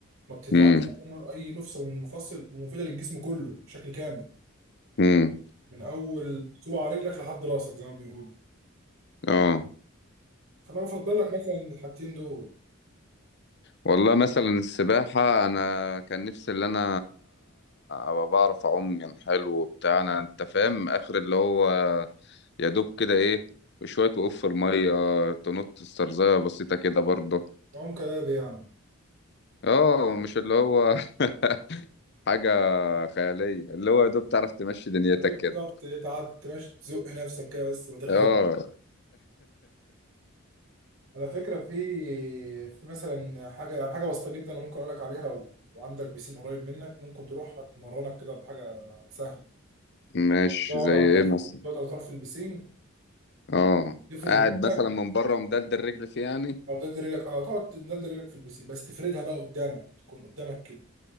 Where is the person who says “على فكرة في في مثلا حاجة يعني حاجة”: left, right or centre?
Right